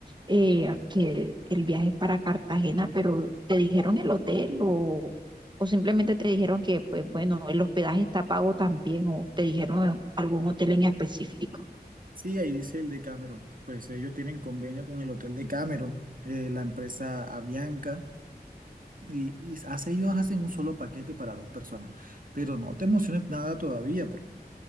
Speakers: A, on the right; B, on the right.
A: eh, que el viaje es para Cartagena, pero ¿te dijeron el hotel o, o simplemente te dijeron que, pues bueno, el hospedaje está pago también o te dijeron algún hotel en específico?
B: Sí, ahí dice el de Cameron. Pues ellos tienen convenio con el Hotel de Cameron, eh, la empresa Avianca, y, y hace, ellos hacen un solo paquete para dos personas. Pero no te emociones nada todavía,